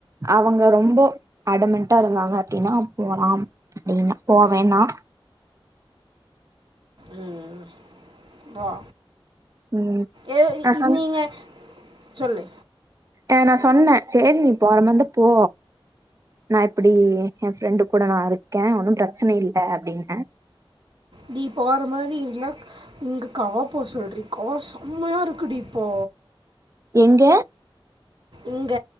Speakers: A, on the right (about 35°); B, on the right (about 55°).
A: அவங் ரொம்ப அடமன்ட்டா இருந்தாங்க அப்பிடின்னா போலாம் ப்பிடின்னா போவேன்னா
B: ம் வா
A: ம்
B: ஏ இ
A: நா
B: இ
A: சொன்
B: நீங்க சொல்லு
A: எ நா சொன்னே சேரி நீ போறமாரிந்தா போ நா இப்பிடி எ ஃப்ரெண்டு கூட நா இருக்கே ஒன்னு பிரச்சன இல்ல அப்பிடின்னே
B: நீப் போற மாரி இருந்தா இங்க காபோ சொல்றி காஸ் உம்மையா இருக்குடி இப்போ
A: எங்க
B: இங்க